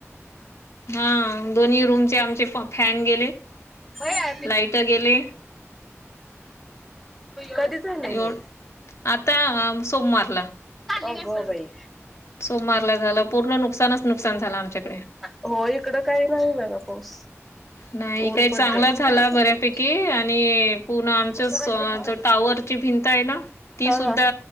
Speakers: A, on the left; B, in the centre.
A: हा दोन्ही रूमचे आमचे पं फॅन गेले
B: होय
A: लाइट गेले.
B: कधी झालं हे
A: एव आता सोमवारला
B: आगो बाई
A: सोमवारला झालं पूर्ण नुकसानच नुकसान झालं आमच्याकडे.
B: हो इकडं काय नाही झालं. पाऊस
A: नाही
B: ऊन
A: काय चांगला
B: पडते.
A: झाला
B: उतर
A: बऱ्यापैकी
B: तू खाली
A: आणि पूर्ण आमच
B: स्वराजला घे खाली.
A: टावरची भिंत आहे ना ती
B: हा
A: सुद्धा
B: हा